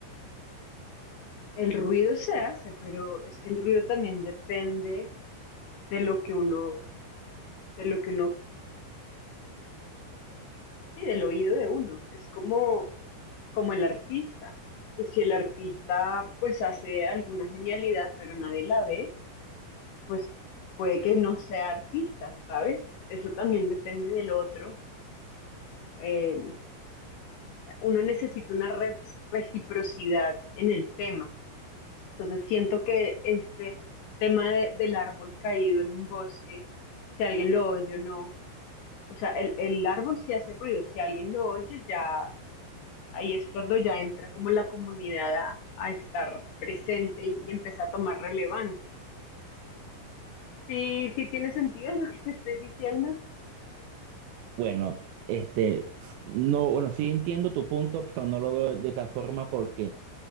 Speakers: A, on the left; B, on the right.
A: El ruido se hace, pero es que el ruido también depende de lo que uno, de lo que uno, y del oído de uno. Es como, como el artista. Y si el artista pues hace alguna genialidad, pero nadie la ve, pues puede que no sea artista, ¿sabes? Eso también depende del otro. Eh, uno necesita una re- reciprocidad en el tema. Entonces siento que este tema de- del árbol caído en un bosque, si alguien lo oye o no, o sea, el, el árbol sí hace ruido, si alguien lo oye ya, ahí es cuando ya entra como la comunidad a, a estar presente y, y empieza a tomar relevancia. Sí, sí tiene sentido lo que te estoy diciendo.
B: Bueno, este, no, bueno, sí entiendo tu punto, pero no lo veo de esa forma porque